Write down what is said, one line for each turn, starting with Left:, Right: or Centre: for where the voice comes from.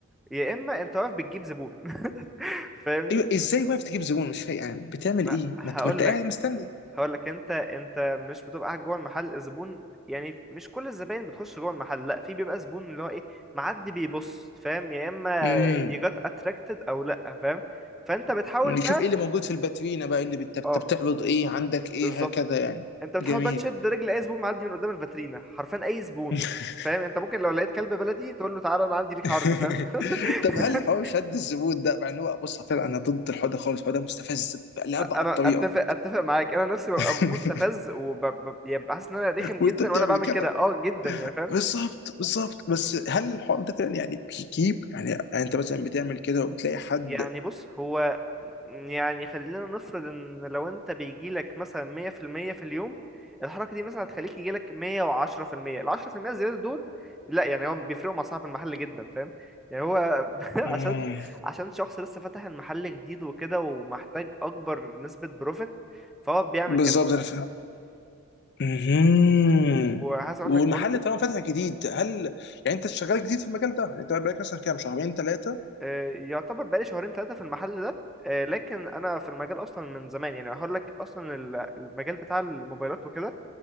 Centre: يا اما انت واقف بتجيب زبون <laughs> فاهمني
Left: ايوه ازاي واقف تجيب زبون مش فاهم يعني بتعمل
Centre: ما
Left: ايه
Centre: هقولك
Left: ما انت ما انت قاعد مستني
Centre: هقول لك انت انت مش بتبقى قاعد جوه المحل الزبون يعني مش كل الزباين بتخش جوه المحل لا في بيبقى زبون اللي هو ايه معدي بيبص فاهم يا اما
Left: امم
Centre: يجات اتراكتد او لا فاهم فانت بتحاول
Left: نشوف
Centre: بقى
Left: ايه اللي موجود في الباترينا بقى ايه اللي بت- بت-
Centre: اه
Left: بتعرض ايه عندك ايه
Centre: بالظبط
Left: هكذا يعني
Centre: انت بتحاول
Left: جميل
Centre: بقى تشد رجل اي زبون معدي من قدام الفاترينا حرفيا اي زبون
Left: <laughs>
Centre: فاهم انت ممكن لو لقيت كلب بلدي تقول له تعالى انا عندي ليك
Left: <laughs>
Centre: عرض فاهم <laughs>
Left: طب هل حوار شد الزبون ده مع ان هو بص فعلا انا ضد الحوار ده خالص الحوار ده مستفز لأبعد
Centre: انا
Left: طريقه
Centre: اتفق اتفق معاك انا نفسي ببقى
Left: <laughs>
Centre: مستفز وببقى حاسس ان انا رخم جدا
Left: وانت بتعمل
Centre: وانا بعمل
Left: كده
Centre: كده اه جدا يعني فاهم
Left: بالظبط بالظبط بس هل الحوار ده فعلا يعني بيجيب يعني يعني انت مثلا بتعمل كده وبتلاقي حد
Centre: يعني بص هو يعني خلينا نفرض ان لو انت بيجيلك مثلا مية في المية في اليوم الحركة دي مثلا هتخليك يجيلك مية وعشرة في المية العشرة في المية الزيادة دول لا يعني هو بيفرقوا مع صاحب المحل جدا فاهم يعني هو <laughs>
Left: مم.
Centre: عشان عشان شخص لسه فاتح المحل جديد وكده ومحتاج اكبر نسبة بروفيت فهو بيعمل
Left: بالظبط
Centre: كده
Left: انا فاهم مهم.
Centre: وعايز اقول
Left: والمحل
Centre: لك برضو
Left: طالما فاتح جديد هل يعني انت شغال جديد في المجال ده يعني انت بقالك مثلا كام شهرين ثلاثه
Centre: آه، يعتبر بقالي شهرين ثلاثة في المحل ده آه، لكن انا في المجال اصلا من زمان يعني هقول لك اصلا ال- المجال بتاع الموبايلات وكده